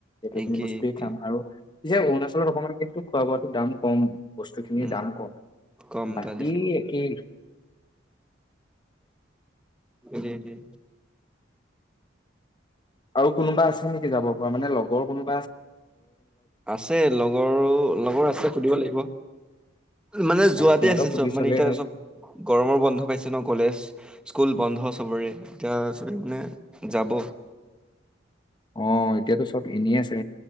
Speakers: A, on the left; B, in the centre.
A: একেখিনি
B: একেই
A: বস্তুৱেই
B: একে
A: খাম, আৰু পিছে অৰুণাচলত অকণমান কিন্তু খোৱা বোৱাটো দাম কম, বস্তুখিনিৰ
B: উম
A: দাম কম,
B: কম
A: বাকী
B: তই দেখিলে
A: একেই।
B: উলিয়াই দিয়ে।
A: আৰু কোনোবা আছে নেকি যাব পৰা, মানে লগৰ কোনো
B: আছে লগৰো, লগৰ আছে। সুধিব লাগিব। মানে
A: অ
B: যোৱাতে
A: সিহঁতক
B: আছিল
A: সুধি
B: চব, মানে
A: চালেই
B: এতিয়া
A: হ'ল
B: চব গৰমৰ বন্ধ পাইছে ন কলেজ স্কুল বন্ধ চবৰে এতিয়া চবে মানে যাব।
A: অ', এতিয়াতো চব এনেই আছে।